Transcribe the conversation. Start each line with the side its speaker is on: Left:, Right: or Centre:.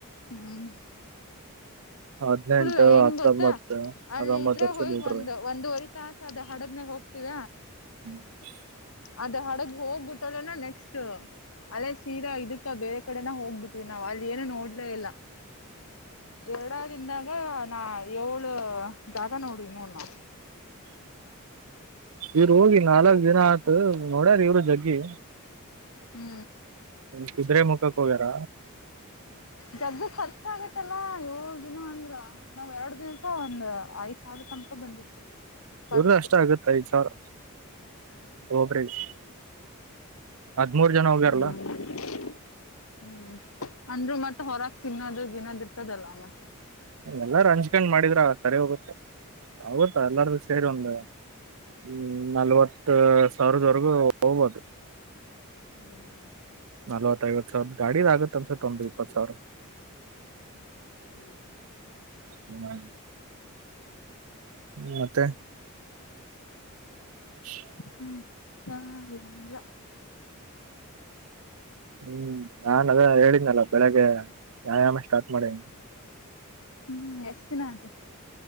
Left: ಹ್ಮ್
Right: ಹದ್ನೆಂಟು
Left: ಫುಲ್ ಹೆಂಗ್
Right: ಹತ್ತೊಂಬತ್ತು
Left: ಗೊತ್ತ ಅಲ್ಲಿ
Right: ಹತ್ತೊಂಬತ್ತು
Left: ಇದ್ರೆ
Right: ವರ್ಷದ
Left: ಹೋಗಿ
Right: ಹುಡ್ರು
Left: ಒಂದು ಒಂದ್ವರಿ ತಾಸ ಅದ ಹಡಗ್ನಾಗ ಹೋಗ್ತೀವ
Right: ಹ್ಮ
Left: ಅದ ಹಡಗ ಹೋಗ್ಬಿಟ್ಟದನ ನೆಕ್ಸ್ ಅಲೆ ತೀರಾ ಇದಕ್ಕ ಬೇರೆ ಕಡೆನ ಹೋಗ್ಬಿಟ್ವಿ ನಾವ್ ಅಲ್ಲಿ ಏನು ನೋಡ್ಲೇ ಇಲ್ಲ ಎರಡಾರಿಂದಾಗ ನಾ ಏಳು ಜಾಗ ನೋಡಿವಿ ನೋಡ್ ನಾವ್
Right: ಇವರು ಹೋಗಿ ನಾಲ್ಕ್ ದಿನ ಆಯ್ತು ನೋಡ್ಯಾರ ಇವರು ಜಗ್ಗಿ
Left: ಹ್ಮ
Right: ಕುದುರೆ ಮುಖಕ್ ಹೋಗ್ಯಾರ
Left: ಜಗ್ ಖರ್ಚಾಗತ್ತಲ್ಲ ಏಳ ದಿನ ಅಂದ್ರು ನಾವ್ ಎರಡು ದಿನಕ್ಕ ಒಂದ್ ಐದ್ ಸಾವಿರ ತನಕ ಬಂದಿತ್ತು ಖರ್ಚು
Right: ಇವ್ರ ಅಷ್ಟ ಆಗುತ್ತೆ ಐದು್ ಸಾವಿರ
Left: ಹ್ಮ್
Right: ಓಬ್ರೇಜ್ ಹದ್ರ್ ಜನ ಹೋಗ್ಯಾರಲ್ಲಾ
Left: ಹ್ಮ್ ಹ್ಮ್ ಅಂದ್ರು ಮತ್ತೆ ಹೊರಗ್ ತಿನ್ನೋದ್ರು ದಿನದ ಇರ್ತದಲ್ಲ ಮತ್ತೆ
Right: ಎಲ್ಲಾರ ಹಂಚ್ಕೊಂಡ್ ಮಾಡಿದ್ರ ಸರಿ ಹೋಗುತ್ತೆ ಆಗುತ್ತಾ ಎಲ್ಲಾರು
Left: ಹ್ಮ್
Right: ಸೇರಿ ಒಂದು ಹ್ಮ್ ನಲ್ವತ್ ಸಾವಿರದವರೆಗೂ ಹೋಗ್ಬಹದು
Left: ಹ್ಮ್
Right: ನಲವತ್ತವತ್ತು ಸಾವಿರ ಗಾಡಿ ಆಗತ್ತ ಅನ್ಸೆ ಒ ಇಪ್ಪತ್ತು ಸಾವಿರ
Left: ಹ್ಮ್
Right: ಹ್ಮ ಹ್ಮ ಮತ್ತೆ ಹ
Left: ಹ್ಮ್ ನಾಗಿದ್ದೇನಲ್ಲ
Right: ಹ್ಮ್ ನಾನ್ ಅದ ಹೇಳಿದನಲ್ಲ ಬೆಳಿಗ್ಗೆ ವ್ಯಾಯಾಮ ಸ್ಟಾರ್ಟ್ ಮಾಡೇನಿ
Left: ಹ್ಮ್ ಎಷ್ಟ್ ದಿನ ಅಂತು